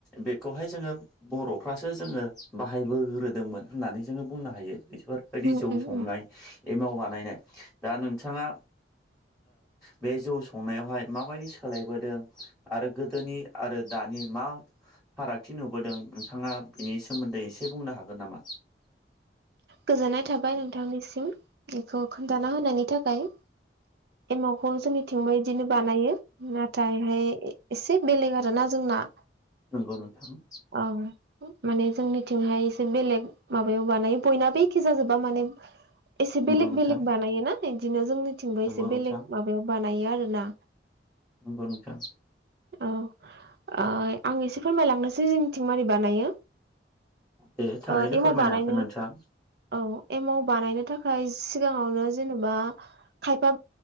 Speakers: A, in the centre; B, on the right.
A: बेखौहाय जोङो बर'फ्रासो जोङो बाहायबोग्रोदोंमोन होननानै जोङो बुंनो हायो बेफोर दि
B: उम
A: जौ संनाय
B: उम
A: एमाव बानायनाय दा नोंथाङा बे जौ संनायावहाय माबायदि सोलायबोदों आरो गोदोनि आरो दानि मा फारागथि नुबोदों नोंथाङा बिनि सोमोन्दै एसे बुंनो हागोन नामा?
B: गोजोननाय थाबाय नोंथांनिसिम बेखौ खोन्थाना होनायनि थाखाय एमावखौ जोंनिथिंबो बिदिनो बानायो। नाथायहाय एसे बेलेग आरोना जोंना
A: नंगौ नोंथां
B: औ माने जोंनिथिंहाय एसे बेलेग माबायाव बानायो बयनाबो एखे जाजोबा माने एसे
A: नंगौ
B: बेलेक
A: नोंथां
B: बेलेक बानायोना बिदिनो जोंनि थिंबो
A: नंगौ
B: एसे
A: नोंथां
B: बेलेग माबायाव बानायो आरो ना
A: नंगौ नोंथां
B: औ आं एसे फोरमायलांनोसै जोंनिथिं मादि बानायो।
A: दे थारैनो
B: ओ एमाव
A: फोरमायनो
B: बानायनो
A: हागोन नोंथां
B: औ एमाव बानायनो थाखाय सिगाङावनो जेनेबा खायफा